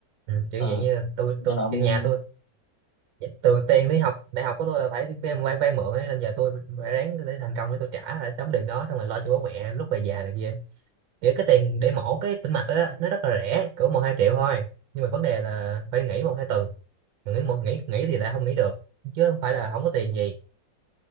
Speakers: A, on the right; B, on the left.
A: ừ, kiểu
B: ừ
A: vậy như là tôi
B: nên
A: tôi
B: là ông
A: kiểu nhà tôi từ tiền đi học đại học của tôi là phải đi vay vay, vay mượn ấy, nên giờ tôi phải ráng để thành công để tôi trả lại tấm tiền đó xong rồi lo cho bố mẹ lúc về già này kia kiểu cái tiền để mổ cái tĩnh mạch đó, đó nó rất là rẻ cỡ một hai triệu thôi nhưng mà vấn đề là phải nghỉ một hai tuần mà nghỉ một nghỉ nghỉ thì lại không nghỉ được chứ không phải là không có tiền gì